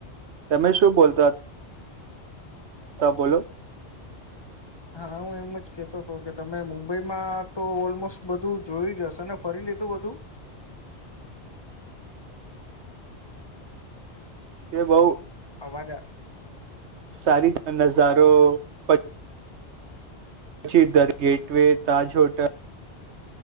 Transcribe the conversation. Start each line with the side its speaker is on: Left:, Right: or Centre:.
Right: તમે શું બોલતા ત બોલો?
Left: હા હું એમ જ કેહતો હતો કે તમે મુંબઈમાં તો ઓલમોસ્ટ બધું જોયું જ હશે ને ફરી. લીધું બધું?
Right: કે બઉ?
Left: અવાજા
Right: સારીજ નજારો પર પછી દર ગેટવેે તાજ હોટલ.